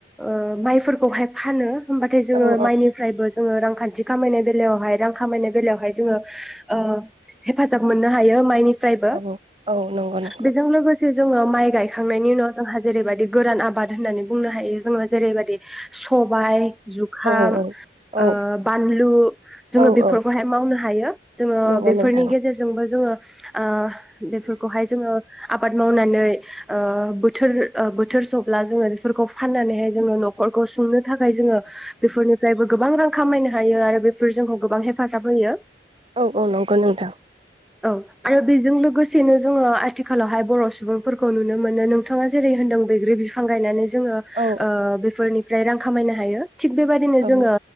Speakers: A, in the centre; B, on the right.
A: ओ माइफोरखौहाय फानो। होमबाथाय जोङो
B: औ
A: माइनिफ्रायबो जोङो रांखान्थि खामायनाय बेलायावहाय रां खामायनाय बेलायावहाय जोङो ओ हेफाजाब मोननो हायो माइनि बो
B: औ औ नंगौ नंगौ
A: बेजों लोगोसे जोङो माइ गायखांनायनि उनाव हाजिरै बायदि गोरान आबाद होननानै बुंनो हायो जोङो जेरैबायदि सबायाइ जुखाम
B: औ औ
A: ओ बानलु जोङो
B: औ
A: बेफोरखौहाय
B: औ
A: मावनो हायो जोङो
B: नंगौ
A: बेफोरनि
B: नोंथां
A: गेजेरजोंबो जोङो आ बेफोरखौहाय जोङो आबाद मावनानै ओ बोथोर ओ बोथोर सब्ला जोङो बेफोरखौ फाननानैहाय जोङो न'खरखौ सुंनो थाखाय जोङो बेफोरनिफ्रायबो गोबां रां खामायनो हायो आरो बेफोर जोंखौ गोबां हेफाजाब होयो।
B: औ औ नंगौ नोंथां
A: औ आरो बेजों लोगोसे गोसेनो जोङो आथिखालावहाय बर' सुबुंफोरखौ नुनो मोनो नोंथाङा जेरै होनदों बैग्रि बिफां गायनानै जोङो
B: औ
A: ओ बेफोरनि ओमफ्राय रां खामायनो हायो। थिग बेबायदिनो
B: औ
A: जोङो